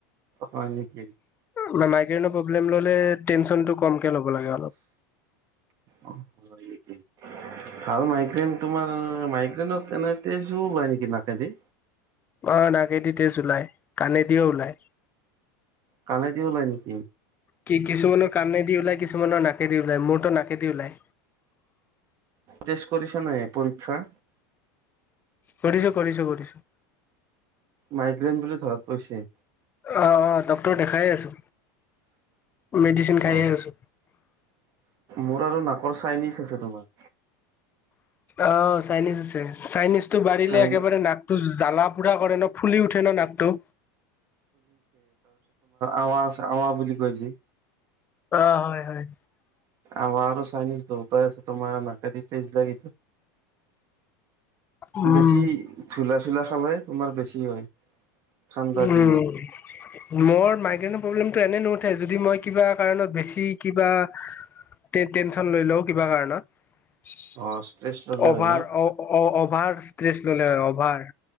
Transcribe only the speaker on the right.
হয় নেকি
অ হয় নেকি ভাল মাইগ্ৰেইন তোমাৰ মাইগ্ৰেইনত তেনে তেজো ওলাই নেকি নাকদি?
কণেদি ওলাই নিকি?
টেষ্ট কৰিছা নে পৰীক্ষা?
মাইগ্ৰেন বুলি ধৰা পইছে।
অ
মোৰ আৰু নাকৰ চাইনিজ আছে তোমাৰ।
চাইন
আৱাজ আৱা বুলি কয় যে
আমাৰ আৰু চাইনিজ দয়তাই আছে তোমাৰ নাকে তেজ যায়।
বেছি ধূলা চোলা খালে তোমাৰ বেছি হয় ঠাণ্ডাৰ
দিনত
অ ষ্ট্ৰেছ ল'লে
হয় ন